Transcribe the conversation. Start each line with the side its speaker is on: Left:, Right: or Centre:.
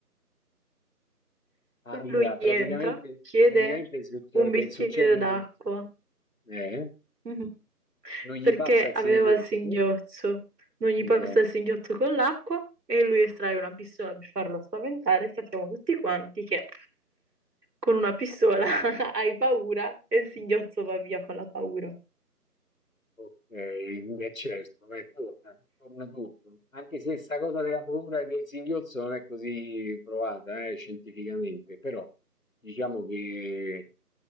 Left: Allora,
Right: Lui
Left: praticamente,
Right: entra, chiede
Left: praticamente succede,
Right: un bicchiere
Left: succede
Right: d'acqua.
Left: che eh,
Right: Mhm.
Left: non gli
Right: Perché
Left: passa il
Right: aveva
Left: singhiozzo,
Right: il singhiozzo. Non gli
Left: esatto.
Right: passa il singhiozzo con l'acqua e lui estrae una pistola per farlo spaventare. Sappiamo tutti quanti che con una pistola <laughs> hai paura e il singhiozzo va via con la paura.
Left: Ok, è certo, beh, torna, torna tutto. Anche se sta cosa della paura e del singhiozzo non è così provata, eh, scientificamente, però diciamo che